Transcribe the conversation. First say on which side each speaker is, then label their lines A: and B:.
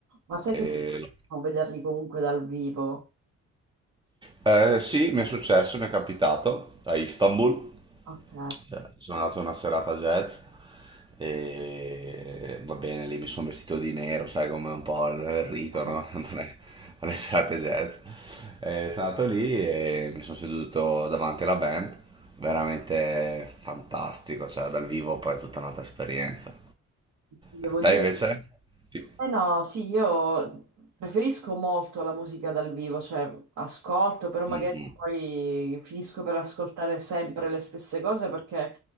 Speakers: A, on the right; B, on the right.
A: Ma sai
B: E-
A: che è bellissimo vederli comunque dal vivo?
B: eh, sì, mi è successo, mi è capitato a Istanbul
A: Ok.
B: Cioè, sono andato a una serata jazz e va bene, lì mi sono vestito di nero, sai come è un po' il il rito,
A: <laughs>
B: no? <laughs> Andare alle serate jazz. E sono andato lì e mi sono seduto davanti alla band, veramente fantastico, cioè dal vivo poi è tutta un'altra esperienza.
A: Devo
B: Eh, Te
A: dire.
B: invece? Ti-
A: Eh no, sì, io preferisco molto la musica dal vivo, cioè ascolto, però magari
B: Mhm,
A: poi finisco per ascoltare sempre le stesse cose perché